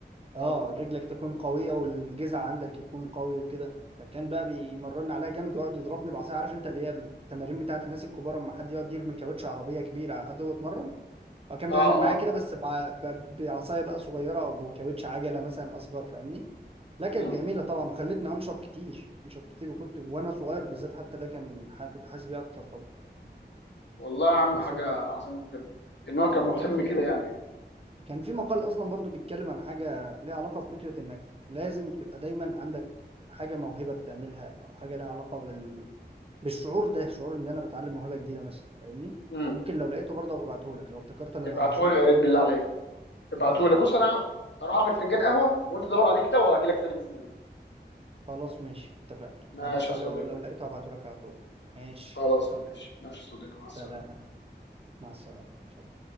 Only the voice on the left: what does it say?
اه
اه
اه
امم
والله يا عم
حاجه
عظيمه بجد ان هو كان مهتم
كده يعني
امم
ابعته
لي يا
ريت
بالله عليك ابعته
لي بص انا اروح اعمل فنجان قهوه وانت دور عليه كده وهجي لك تاني باذن الله
ماشي
يا صديقي
خلاص
ماشي ماشي يا صديقي مع السلامه